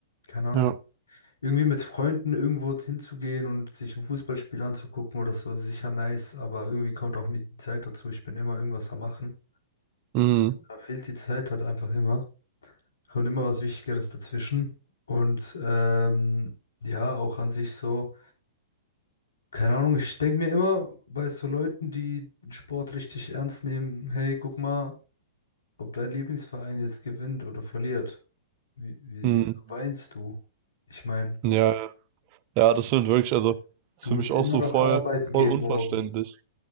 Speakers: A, on the left (about 80°); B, on the right (about 40°).
A: keine Ahnung,
B: Ja.
A: irgendwie mit Freunden irgendwo hinzugehen und sich ein Fußballspiel anzugucken oder so, ist sicher nice, aber irgendwie kommt auch nie die Zeit dazu. Ich bin immer irgendwas am Machen.
B: Mhm.
A: Da fehlt die Zeit halt einfach immer. Kommt immer was Wichtigeres dazwischen. Und ähm, ja, auch an sich so. Keine Ahnung, ich denke mir immer bei so Leuten, die den Sport richtig ernst nehmen, hey, guck mal, ob dein Lieblingsverein jetzt gewinnt oder verliert. Wie, wie,
B: Mhm.
A: wieso weinst du? Ich meine,
B: Ja. Ja, das sind wirklich, also, das
A: du
B: ist für
A: musst
B: mich auch
A: immer
B: so
A: noch
B: voll,
A: arbeiten gehen
B: voll unverständlich.
A: morgen.